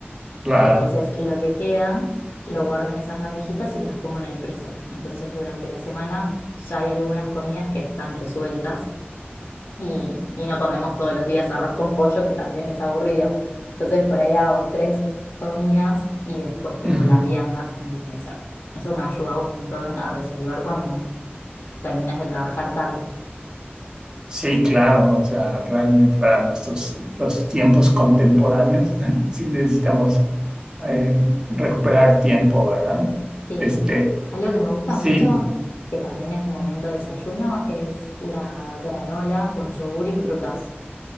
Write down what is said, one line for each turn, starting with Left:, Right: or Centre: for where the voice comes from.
Right: claro.
Left: Entonces, lo que queda lo guardo en esas bandejitas y las pongo en el freezer. Entonces, durante la semana ya hay algunas comidas que están resueltas y, y no comemos todos los días arroz con pollo, que también es aburrido. Entonces por ahí hago tres comidas y después tengo
Right: Ujú.
Left: las viandas en el freezer. Eso me ha ayudado un montón a resolver cuando terminas de trabajar tarde.
Right: Sí, claro, o sea, realmente para nuestros los tiempos contemporáneos <laughs> sí necesitamos eh, recuperar tiempo, ¿verdad?
Left: Sí,
Right: Este,
Left: algo que me gusta
Right: sí,
Left: mucho, que también es un momento de desayuno, es la granola con yogur y frutas.